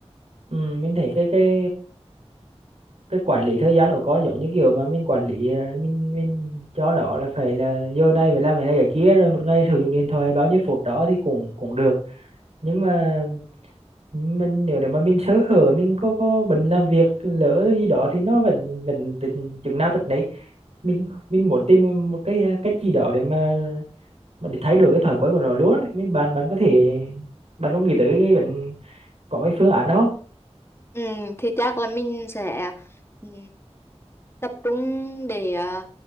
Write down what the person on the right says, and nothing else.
ừ, mình thấy cái cái cái quản lý thời gian của con giống như kiểu mà mình quản lý ờ, mình mình cho nó là phải là giờ này phải làm cái này cái kia rồi một ngày sử dụng điện thoại bao nhiêu phút đó thì cũng cũng được nhưng mà mình nếu nếu mà mình sơ hở mình có có bận làm việc lỡ gì đó thì nó vẫn vẫn tình chừng nào tật nấy mình mình muốn tìm một cái à, cách gì đó để mà mà để thay đổi cái thói quen của nó luôn ấy. mình bạn bạn có thể bạn có nghĩ tới cái bệnh có cái phương án đó không